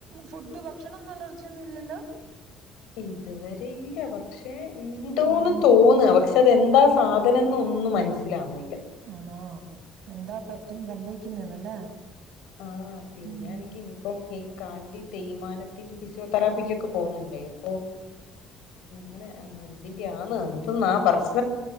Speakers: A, on the right (about 60°); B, on the left (about 80°).
A: ഫുഡ് ഭക്ഷണൊന്നും അലർജിയൊന്നുല്ലല്ലോ
B: ഇതുവരെ ഇല്ല പക്ഷെ ഇണ്ടോന്ന്
A: ആഹ്
B: തോന്ന പക്ഷ് അത് എന്താ സാധനന്നൊന്നും മനസ്സിലാവുന്നില്ല
A: ആണോ എന്താ പറ്റുന്ന് സംഭവിക്കുന്നേന്നല്ലേ
B: ആഹ് പിന്നെ
A: ഉം
B: ആണെങ്കി ഇനിപ്പം ഈ കാലിന്റെ തേയ്മാനത്തിന് ഫിസിയോതെറാപ്പിക്കൊക്കെ പോവ്ന്ന് ണ്ടേ അപ്പൊ അങ്ങനെ ആ എന്തിന്റെ ആന്ന് എന്ത്‌ന്നാ പ്രശ്